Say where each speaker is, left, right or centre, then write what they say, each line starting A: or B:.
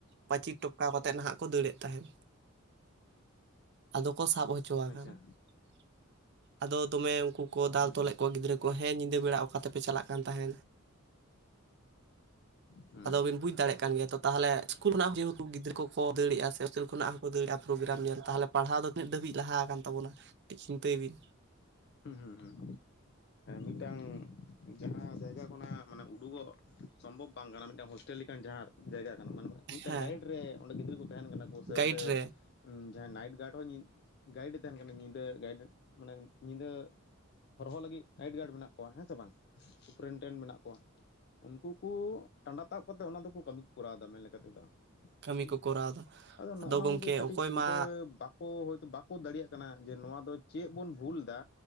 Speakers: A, on the right; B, on the left.
A: ᱯᱟᱸᱪᱤᱨ ᱴᱚᱯᱠᱟᱣ ᱠᱟᱛᱮ ᱱᱟᱦᱟᱜ ᱠᱚ ᱫᱟᱹᱲ ᱮᱫ ᱛᱟᱸᱦᱮᱱ, ᱟᱫᱚ ᱠᱚ ᱥᱟᱵ ᱦᱚᱪᱚ ᱟᱠᱟᱱᱟ
B: ᱟᱪᱪᱷᱟ
A: ᱾ ᱟᱫᱚ ᱫᱚᱢᱮ ᱩᱱᱠᱩ ᱠᱚ
B: ᱦᱩᱸ
A: ᱫᱟᱞ ᱛᱚᱞᱮᱫ
B: ᱦᱩᱸ
A: ᱠᱚ ᱜᱤᱫᱽᱨᱟᱹ ᱠᱚ ᱦᱮᱸ ᱧᱤᱫᱟᱹ ᱵᱮᱲᱟ ᱚᱠᱟ ᱛᱮᱯᱮ ᱪᱟᱞᱟᱜ ᱠᱟᱱ ᱛᱟᱸᱦᱮᱱ?
B: ᱦᱩᱸ
A: ᱟᱫᱚ ᱵᱤᱱ ᱵᱩᱡᱽ ᱫᱟᱲᱮᱜ ᱠᱟᱱ ᱜᱮᱭᱟ ᱛᱚ ᱛᱟᱦᱟᱞᱮ ᱤᱥᱠᱩᱞ ᱠᱷᱚᱱᱟᱜ ᱦᱚᱸ ᱡᱮᱦᱮᱛᱩ ᱜᱤᱫᱽᱨᱟᱹ ᱠᱚ ᱠᱚ ᱫᱟᱹᱲ ᱮᱜ ᱟ ᱥᱮ ᱦᱳᱥᱮᱞ ᱠᱷᱚᱱᱟᱜ ᱦᱚᱠᱚ ᱫᱟᱹᱲ ᱮᱜ ᱟ ᱯᱨᱳᱜᱨᱟᱢ ᱧᱮᱞ ᱛᱟᱦᱟᱞᱮ ᱯᱟᱲᱦᱟᱣ ᱫᱚ ᱛᱤᱱᱟᱹ ᱫᱷᱟᱹᱵᱤᱡ ᱞᱟᱦᱟ ᱠᱟᱱ ᱛᱟᱵᱚᱱᱟ? ᱴᱤᱡ ᱪᱤᱱᱛᱟᱹᱭ ᱵᱤᱱ
B: ᱦᱩᱸ ᱦᱩᱸ ᱢᱤᱫᱴᱟᱝ ᱡᱟᱸᱦᱟ ᱡᱟᱭᱜᱟ ᱠᱷᱚᱱᱟᱜ ᱢᱟᱱᱮ ᱩᱰᱩᱠᱚᱜ ᱥᱚᱢᱵᱷᱚᱵᱽ ᱵᱟᱝ ᱠᱟᱱᱟ ᱢᱤᱫᱴᱟᱝ ᱦᱳᱥᱴᱮᱞ ᱞᱮᱠᱟᱱ ᱡᱟᱸᱦᱟ ᱡᱟᱭᱜᱟ ᱠᱟᱱᱟ ᱢᱟᱱᱮ ᱢᱤᱫᱴᱟᱝ
A: ᱦᱮᱸ
B: ᱜᱟᱭᱤᱰ ᱨᱮ ᱚᱸᱰᱮ ᱜᱤᱫᱽᱨᱟᱹ ᱠᱚ ᱛᱟᱦᱮᱱ ᱠᱟᱱᱟ ᱠᱚ ᱥᱮ
A: ᱜᱟᱭᱤᱰ
B: ᱚᱸᱰᱮ
A: ᱨᱮ
B: ᱡᱟᱸᱦᱟᱭ ᱱᱟᱭᱤᱴ ᱜᱟᱨᱰ ᱦᱚᱸ ᱧᱤ ᱜᱟᱭᱤᱰᱮ ᱛᱟᱦᱮᱱ ᱠᱟᱱᱟ ᱧᱤᱫᱟᱹ ᱜᱟᱭᱤᱰ ᱢᱟᱱᱮ ᱧᱤᱫᱟᱹ ᱦᱚᱨᱦᱚ ᱞᱟᱹᱜᱤᱫ ᱱᱟᱭᱤᱴ ᱜᱟᱨᱰ ᱢᱮᱱᱟᱜ ᱠᱚᱣᱟ ᱦᱮᱸ ᱥᱮ ᱵᱟᱝ? ᱥᱩᱯᱨᱤᱱᱴᱮᱱᱮᱱᱴ ᱢᱮᱱᱟᱜ ᱠᱚᱣᱟ ᱾ ᱩᱱᱠᱩᱠᱩ ᱴᱟᱸᱰᱟ ᱛᱟᱵ ᱠᱟᱛᱮᱜ ᱚᱱᱟ ᱫᱚᱠᱚ ᱠᱟᱹᱢᱤ ᱠᱚᱨᱟᱣᱮᱫᱟ ᱢᱮᱱ ᱞᱮᱠᱟᱛᱮᱫᱚ
A: ᱠᱟᱹᱢᱤ
B: ᱦᱩᱸ
A: ᱠᱚ ᱠᱚᱨᱟᱣ ᱮᱫᱟ
B: ᱟᱫᱚ ᱱᱚᱜᱼᱚ ᱱᱚᱣᱟ
A: ᱜᱚᱢᱠᱮ
B: ᱠᱚᱜᱮ ᱠᱟᱹᱴᱤᱡ
A: ᱚᱠᱚᱭ
B: ᱪᱤᱱᱛᱟᱹ
A: ᱢᱟ
B: ᱵᱟᱠᱚ ᱦᱳᱭᱛᱳ ᱵᱟᱠᱚ ᱫᱟᱲᱮᱭᱟᱜ ᱠᱟᱱᱟ ᱡᱮ ᱱᱚᱣᱟ ᱫᱚ ᱪᱮᱫ ᱵᱚᱱ ᱵᱷᱩᱞ ᱮᱫᱟ